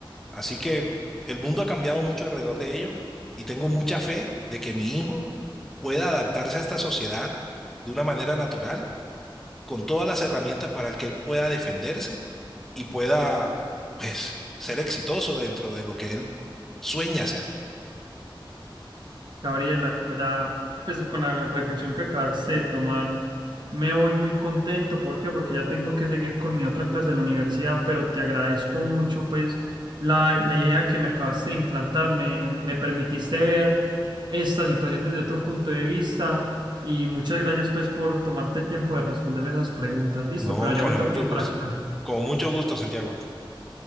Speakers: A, in the centre; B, on the right.
A: Así que el mundo ha cambiado mucho alrededor de ello y tengo mucha fe de que mi hijo pueda adaptarse a esta sociedad de una manera natural, con todas las herramientas para que él pueda defenderse y pueda, pues, ser exitoso dentro de lo que él sueña hacer.
B: Gabriela, la verdad, pues con la reflexión que acabaste de tomar, me voy muy contento. ¿Por qué? Porque ya tengo que seguir con mi otra clase de la universidad, pero te agradezco mucho, pues, la, la idea que me acabaste de implantar. Me, me permitiste ver esta situación desde otro punto de vista y muchas gracias, pues, por tomarte el tiempo de responderme esas preguntas. Listo,
A: No,
B: pero ya
A: con
B: me
A: el
B: tengo
A: mayor
B: que ir
A: gusto.
B: para clase.
A: Con mucho gusto, Santiago.